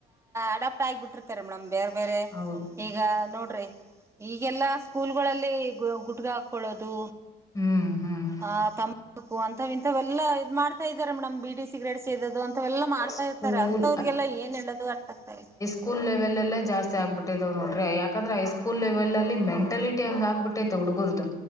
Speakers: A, on the right; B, on the left.
A: ಅಡಾಪ್ಟ್ ಆಗಿಬಿಟ್ಟಿರ್ತಾರೆ ಮೇಡಮ್ ಬೇರೆ ಬೇರೆ
B: ಹೌದು
A: ಈಗ ನೋಡ್ರಿ ಈಗೆಲ್ಲಾ ಸ್ಕೂಲ್ಗಳಲ್ಲಿ ಗುಟ್ಕ ಹಾಕೊಳ್ಳೋದು
B: ಹ್ಮ್ ಹ್ಮ್
A: ಹ ತಮ್ಮಾಕು ಅಂತ ಇಂಥವೆಲ್ಲಾ ಇದ್ ಮಾಡ್ತಾ ಇದಾರೆ ಮೇಡಮ್ ಬಿಡಿ ಸಿಗ್ರೇಟ್ ಸೇದೋದು ಅಂತವೆಲ್ಲಾ ಮಾಡ್ತಾ
B: ಸ್ಕೂಲ್
A: ಇತಾರೆ ಅಂತವ್ರಗೆಲ್ಲ ಏನ್ ಹೇಳೋ ಅರ್ಥ ಆಗ್ತಾ ಇಲ್ಲ
B: ಸ್ಕೂಲ್ ಲೆವೆಲ್ಲ್ಲ ಜಾಸ್ತಿ ಆಗ್ಬಿಟ್ಟಿದಾವ ನೋಡ್ರ ಯಾಕಂದ್ರ ಹಐ ಸ್ಕೂಲ್ ಲೆವೆಲ್ ಅಲ್ಲಿ ಮೆಂಟಾಲಿಟಿ ಹಂಗ ಆಗ್ಬಿಟ್ಟೈತೆ ಹುಗುರ್ದು